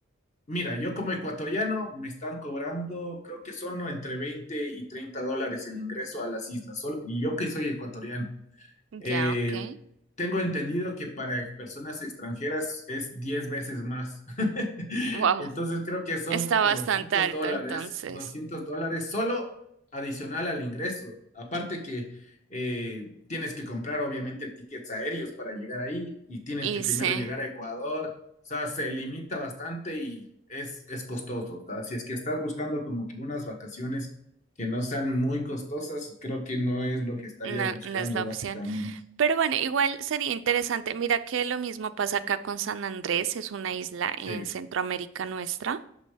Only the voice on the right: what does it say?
ya, ok.
Wow,
está
bastante
alto
entonces.
Y
sí,
no,
no es la
opción. Pero bueno, igual sería interesante. Mira que lo mismo pasa acá con San Andrés, es una isla
en Centroamérica nuestra,